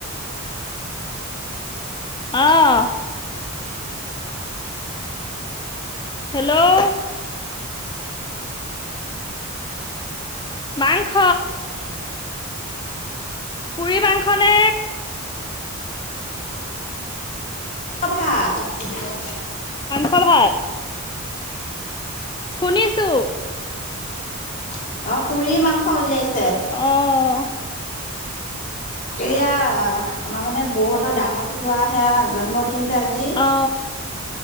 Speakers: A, on the left; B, on the left.
A: অহ, ' হেল্ল', অ, মাংস। পুৰি মাংস নে?
B: <unintelligible>
A: হল ভাত? শুনিছো।
B: অহ, '- পুৰি -মাংস উলিয়াইছে।
A: অহ,
B: এয়া আমাৰ মানে বৌহতৰ ডাঙৰটো লৰাৰ সেয়া আজি, জন্মদিন যে আজি।
A: অ